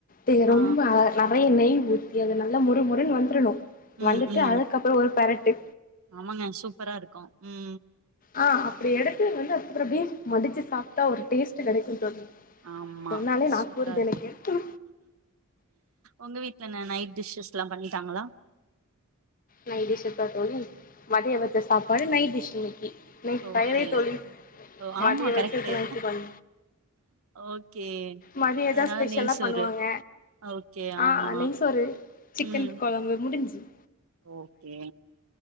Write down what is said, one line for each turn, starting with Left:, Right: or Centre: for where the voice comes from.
Left: தீய
Right: ஆ
Left: ரொம்ப நட நெய் நெய் ஊத்தி அது நல்லா மொறு மொருனு வந்துறணு
Right: ம்
Left: வந்துட்டு
Right: ம்
Left: அதுக்கப்புறோ ஒரு பெரட் டெ
Right: ஆமாங்க சூப்பரா இருக்கு உ <inaudible>
Left: ஆ அப்டி எடுத்து வந்து அதுகப்றோ அப்டீ மடிச்சு சாப்ட்டா ஒரு டேஸ்ட்டு கெடைக்கு தோழி
Right: ஆமா
Left: சொன்னாலே
Right: சூப்பரா
Left: நாக்கூருது
Right: இருக்கு
Left: எனக்கு
Right: ஒங்க வீட் இங்கன நைட் டிஷ்ஷஸ்லா பண்ணிட்டாங்களா
Left: நைட் டிஷ்சுக்கா தோழி மதிய வெச்ச சாப்பாடு நைட் டிஷ் இன்னிக்கி நெய்
Right: ஓகே
Left: தயிர் தோழி
Right: ஓ
Left: மதிய
Right: ஆமா
Left: வெச்சது
Right: கரெக்ட்டு
Left: நைட்டு பண்
Right: ஓகே
Left: மதியந்தா
Right: அதனால
Left: ஸ்பெஷலா
Right: நெய் சோறு
Left: பண்ணுவாங்க
Right: ஓகே
Left: ஆ
Right: ஆமா
Left: நெய்சோறு சிக்கன்
Right: ம்
Left: கொழம்பு முடுஞ்சுது
Right: ஓகே